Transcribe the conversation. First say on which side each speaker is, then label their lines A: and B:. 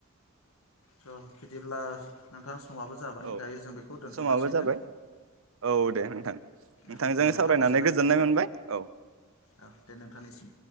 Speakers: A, on the left; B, on the right.
A: स' बिदिब्ला नोंथां। समाबो जाबाय
B: औ
A: दायो जों बेखौ दोन्थनोसै
B: समाबो जाबाय
A: ना?
B: औ दे नोंथां। नोंथांजों
A: औ दे नोंथां
B: सावरायनानै
A: गोजोननाय थाबाय
B: मोनबाय औ
A: औ दे नोंथांनिसिम